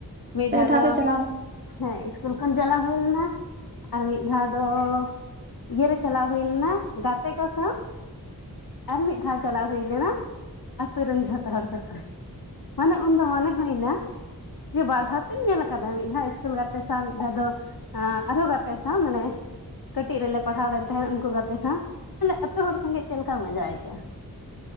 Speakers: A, on the left; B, on the right.
A: ᱢᱤᱫ
B: ᱯᱮ
A: ᱫᱷᱟᱣ ᱫᱚ
B: ᱯᱮ ᱪᱟᱞᱟᱣ
A: ᱦᱮᱸ ᱤᱥᱠᱩᱞ ᱠᱷᱚᱱ ᱪᱟᱞᱟᱣ ᱦᱩᱭ ᱞᱮᱱᱟ। ᱟᱨ ᱢᱤᱫ ᱫᱷᱟᱣ ᱫᱚᱻ ᱼᱼ ᱤᱭᱟᱹᱨ ᱨᱮ ᱪᱟᱞᱟᱣ ᱦᱩᱭ ᱞᱮᱱᱟ ᱜᱟᱛᱮ ᱠᱚ ᱥᱟᱶ᱾ ᱟᱨ ᱢᱤᱫ ᱫᱷᱟᱣ ᱪᱟᱞᱟᱣ ᱦᱩᱭ ᱞᱮᱱᱟ ᱼᱼ ᱟᱛᱳ ᱨᱮᱱ ᱡᱷᱚᱛᱚ ᱦᱚᱲ ᱠᱚ ᱥᱟᱶ᱾ ᱢᱟᱱᱮ ᱩᱱᱫᱚ ᱢᱚᱱᱮ ᱦᱩᱭᱱᱟ ᱼᱼ ᱡᱮ ᱵᱟᱨ ᱫᱷᱟᱣ ᱛᱤᱧ ᱧᱮᱞ ᱠᱟᱫᱟ ᱢᱤᱫ ᱫᱷᱟᱣ ᱤᱥᱠᱩᱞ ᱜᱟᱛᱮ ᱥᱟᱶ᱾ ᱢᱤᱫ ᱫᱷᱟᱣ ᱫᱚ ᱼᱼ ᱟᱸᱻ ᱟᱨᱦᱚᱸ ᱜᱟᱛᱮ ᱥᱟᱶ᱾ ᱢᱟᱱᱮ ᱠᱟᱹᱴᱤᱡ ᱨᱮᱞᱮ ᱯᱟᱲᱦᱟᱣ ᱞᱮᱱ ᱛᱟᱦᱮᱸᱱ ᱩᱱᱠᱩ ᱜᱟᱛᱮ ᱥᱟᱶ। ᱛᱟᱦᱚᱞᱮ ᱟᱹᱛᱩᱳ ᱦᱚᱲ ᱥᱚᱸᱜᱮ ᱪᱮᱫ ᱞᱮᱠᱟ ᱢᱟᱡᱟ ᱟᱹᱭᱠᱟᱹᱜᱼᱟ।